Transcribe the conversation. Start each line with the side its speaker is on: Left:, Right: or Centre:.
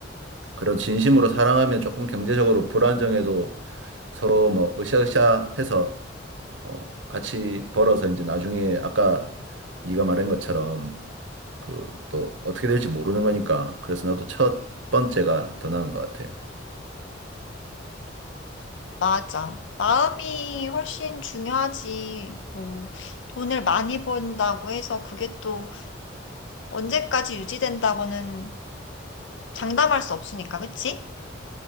Right: 그런 진심으로 사랑하면 조금 경제적으로 불안정해도 서로 뭐 으쌰으쌰해서 어, 같이 벌어서 이제 나중에 아까 네가 말한 것처럼 그 또 어떻게 될지 모르는 거니까 그래서 나도 첫 번째가 더 나은 것 같아.
Left: 맞아. 마음이 훨씬 중요하지. 뭐, 돈을 많이 번다고 해서 그게 또 언제까지 유지된다고는 장담할 수 없으니까, 그치?